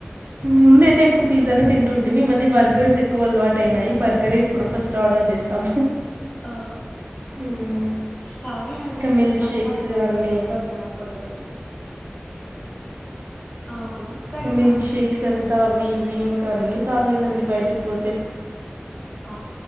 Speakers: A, on the right (about 55°); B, on the left (about 40°).
A: ముందు అయితే ఎక్కువ పిజ్జానే తింటుంటుే మీ ఈ మధ్య బర్గర్స్ ఎక్కువ అలవాటు అయినాయి బర్గరే ఇప్పుడు ఫస్ట్ ఆర్డర్ చేస్తాము
B: ఆ
A: హ్మ్.
B: కానీ అది
A: ఇంకా మిల్క్
B: అన్హెల్త్
A: షేక్స్
B: అంట
A: అన్నీ
B: రెక్ో తినకూడదు అవును కానీ
A: అ మిల్క్
B: మనం ఏం
A: షేక్
B: చేస్తాం
A: అంతా అవి ఇవి ఇంకా తాగేదండి బయటికి పోతే
B: ఆ